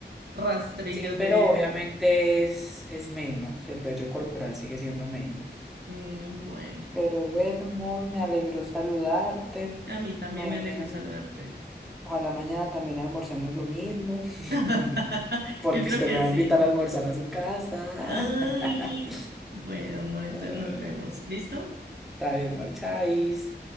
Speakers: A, on the right; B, in the centre.
A: rastrillos
B: Sí,
A: de...
B: Pero obviamente
A: de-
B: es, es menos, el vello corporal sigue siendo menos.
A: Mm, bueno,
B: Pero bueno, amor, me alegró saludarte.
A: a mí también
B: Me...
A: me alegro saludarte.
B: Ojalá mañana también almorcemos lo mismo. <laughs>
A: <laughs>
B: Porque
A: Yo creo
B: usted
A: que
B: me va
A: sí.
B: a invitar a almorzar a su casa.
A: Ay,
B: <laughs>
A: bueno, amor, entonces
B: Ah,
A: nos vemos. ¿Listo?
B: Está bien, marcháis.